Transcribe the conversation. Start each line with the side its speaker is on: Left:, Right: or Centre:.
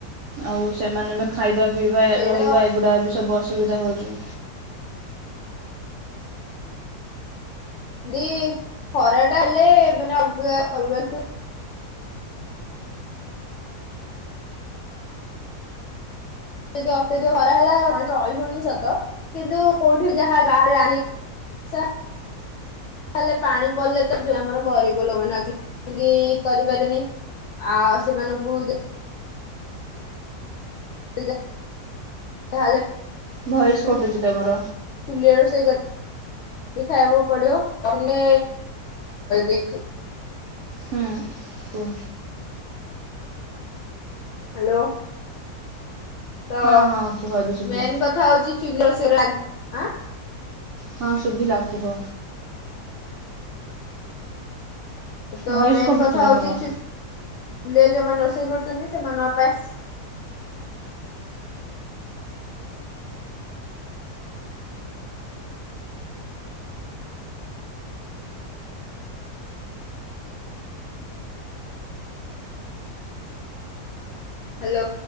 Right: ଆଉ ସେମାନେ ବି ଖାଇବା ପିଇବା
Left: ସେଇଟା
Right: ରହିବା
Left: ତ
Right: ଏଗୁଡ଼ା ବି ସବୁ ଅସୁବିଧା ହଉଛୁ
Left: ଦି ଖରା ଟା ହେଲେ ମାନେ ଅଲଗା ଅଲଗା ଯଦି ଅତ୍ୟଧିକ ଖରାହେଲା ମଣିଷ ରହିହଉନି ସତ କିନ୍ତୁ କୋଉଠି ଯାହା ବାହାରେ ଆଣି ସାର ହେଲେ ପାଣି ପଡ଼ିଲେ ତ ଯଉ ଆମର ଗରିବ ଲୋକମାନେ ଅଛନ୍ତି କରିପାରିନି ଆଉ ସେମାନଙ୍କୁ <unintelligible> <unintelligible>
Right: ଭଏସ୍ କଟୁଛି ତମର
Left: ଚୁଲିରେ ରୋଷେଇ କରି ଖାଇବାକୁ ପଡିବ କଲେ ଦେଖ
Right: ହୁଁ ହୁଁ
Left: ହ୍ୟାଲୋ ତ
Right: ହଁ ହଁ କୁହ ଏବେ ଶୁଭିଲା
Left: ମେନ୍ କଥା ହଉଛି ଚୁଲି ରୋଷେଇ ରେ ଆଜି ହଁ
Right: ହଁ ଶୁଭିଲା କୁହ
Left: ତ
Right: ଭଏସ୍
Left: ମେନ୍
Right: କଟୁଛି
Left: କଥା ହଉଛି
Right: ତମର
Left: ଚୁ ଚୁଲିରେ ଯୋଉମାନେ ରୋଷେଇ କରୁଛନ୍ତି ସେମାନଙ୍କ ପାଇଁ ହ୍ୟାଲୋ।